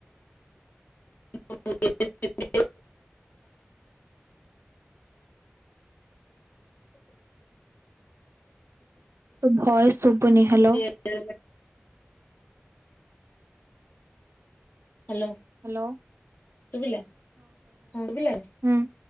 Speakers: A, on the left (about 50°); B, on the right (about 80°).
A: <unintelligible>
B: ତୋ ଭୟେସ୍ ଶୁଭୁନି ହାଲୋ।
A: <unintelligible> ହାଲୋ।
B: ହାଲୋ।
A: ଶୁଭିଲା ହୁଁ ଶୁଭିଲା
B: ହୁଁ